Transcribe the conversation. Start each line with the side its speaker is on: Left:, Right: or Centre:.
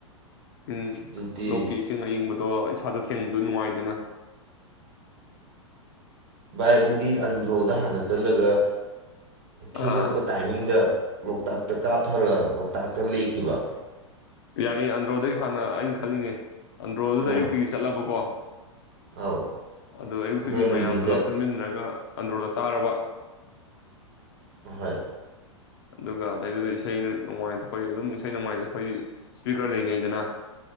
Left: ꯎ
Right: ꯑꯗꯨꯗꯤ
Left: ꯂꯣꯛꯀꯤ ꯏꯁꯤꯡ ꯑꯏꯤꯡꯕꯗꯣ ꯏꯁꯥꯗ ꯊꯦꯡꯗꯣ ꯅꯨꯡꯉꯥꯏꯗꯅ
Right: ꯚꯥꯏ ꯑꯗꯨꯗꯤ ꯑꯟꯗ꯭ꯔꯣꯗ ꯍꯥꯟꯅ ꯆꯠꯂꯒ ꯊꯦꯡꯉꯛꯄ
Left: ꯑꯥ
Right: ꯇꯥꯏꯃꯤꯡꯗ ꯂꯣꯛꯇꯥꯛꯇ ꯀꯥꯞꯊꯔꯒ ꯂꯣꯛꯇꯥꯛꯇ ꯂꯦꯛꯈꯤꯕ
Left: ꯌꯥꯏꯌꯦ ꯑꯟꯗ꯭ꯔꯣꯗꯒꯤ ꯍꯥꯟꯅ ꯑꯩꯅ ꯈꯜꯂꯤꯅꯦ ꯑꯟꯗ꯭ꯔꯣꯗꯨꯗ
Right: ꯑꯧ
Left: ꯑꯌꯨꯛꯇꯤꯒꯤ ꯆꯠꯂꯕꯀꯣ
Right: ꯑꯧ
Left: ꯑꯗꯨ ꯑꯌꯨꯛꯇꯒꯤ
Right: ꯑꯗꯣ ꯅꯨꯡꯊꯤꯟꯗ
Left: ꯃꯌꯥꯝ ꯄꯨꯂꯞ ꯄꯨꯟꯃꯤꯟꯅꯔꯒ ꯑꯟꯗ꯭ꯔꯣꯗ ꯁꯥꯔꯕ
Right: ꯍꯣꯏ
Left: ꯑꯗꯨꯒ ꯑꯗꯩꯗꯨꯗ ꯏꯁꯩ ꯅꯣꯡꯃꯥꯏꯇ ꯑꯩꯈꯣꯏ ꯑꯗꯨꯝ ꯏꯁꯩ ꯅꯣꯡꯃꯥꯏꯇ ꯑꯩꯈꯣꯏ ꯏꯁꯄꯤꯀꯔ ꯂꯩꯅꯩꯗꯅ